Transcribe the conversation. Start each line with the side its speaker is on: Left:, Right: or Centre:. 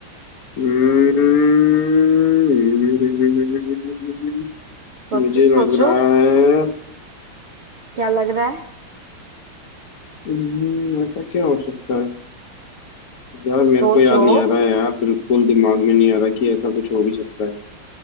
Left: हम्म,
Right: सोचो
Left: मुझे
Right: सोचो
Left: लग रहा है
Right: क्या लग रहा है
Left: हम्म, ऐसा क्या हो सकता है यार मेरे
Right: सोचो
Left: को याद नहीं आ रहा है यार बिल्कुल दिमाग में नहीं आ रहा कि ऐसा कुछ हो भी सकता है